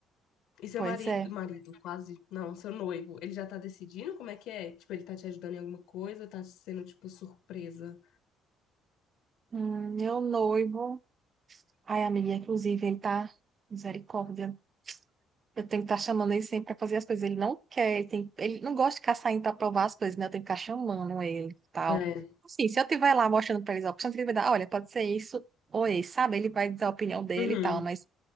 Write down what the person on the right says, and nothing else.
Pois
é.
Hum, meu noivo. Ai, amiga, inclusive, ele tá. Misericórdia. Eu tenho que estar chamando ele sempre pra fazer as coisas. Ele não quer, ele, tem... ele não gosta de ficar saindo pra provar as coisas, né? Eu tenho que ficar chamando ele e tal.
Assim, se eu estiver lá mostrando pra eles a opção, ele vai dar, olha, pode ser isso ou esse, sabe? Ele vai dizer a opinião dele
e tal, mas